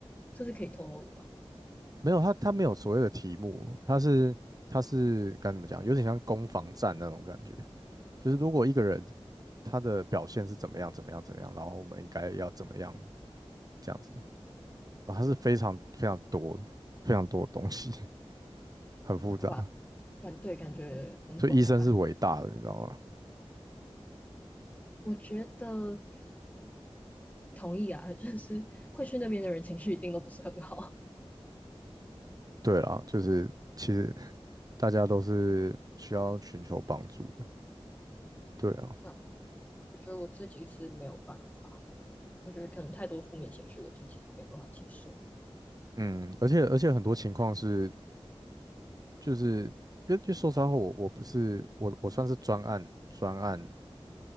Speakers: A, on the left; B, on the right.
A: 这是可以透露的吗？
B: 没有他他没有所谓的题目，他是他是该怎么讲，有点像攻防战那种感觉，就是如果一个人他的表现是怎么样怎么样怎么样，然后我们应该要怎么样这样子，然后它是非常非常多非常多的东西，<laughs> 很复杂。
A: 好吧，感对，感觉很广泛。
B: 所以医生是伟大的，你知道吗？
A: 我觉得同意啊，<laughs> 就是会去那边的人情绪一定都不是很好。
B: 对啦，就是其实大家都是需要寻求帮助的，对啊，
A: 对啊我觉得我自己是没有办法，我觉得可能太多负面情绪，我自己没办法接受。
B: 嗯，而且而且很多情况是，就是因为因为说实话，我我不是我我算是专案专案，